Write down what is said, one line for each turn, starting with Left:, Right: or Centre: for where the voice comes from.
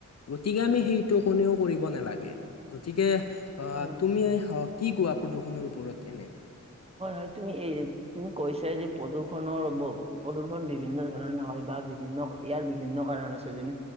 Left: গতিকে আমি
Right: হয়
Left: সেইটো কোনেও কৰিব নালাগে। গতিকে আ,
Right: হয় হয়
Left: তুমি আ কি কোৱা প্ৰদূষণৰ ওপৰত এনে?
Right: হয় হয় তুমি এ, তুমি কৈছা যে প্ৰদূষণৰ প্ৰদূষণ বিভিন্ন ধৰণে হয় বা বিভিন্ন ইয়াৰ বিভিন্ন কাৰণ আছে যেনে